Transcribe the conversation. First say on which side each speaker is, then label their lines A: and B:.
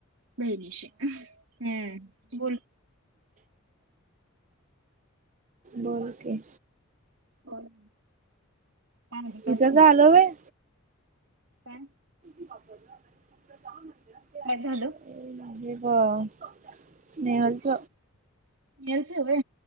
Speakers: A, on the right; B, on the right.
A: बहिणीशी. हम्म. बोल.
B: बोल की.
A: बोल. काय म्हणते, काय
B: तीच
A: चाललंय
B: झाल व्हय?
A: काय?
B: <unintelligible>
A: काय झालं?
B: <unintelligible> नाही ग. स्नेहलच.
A: म्युट आहे व्हय.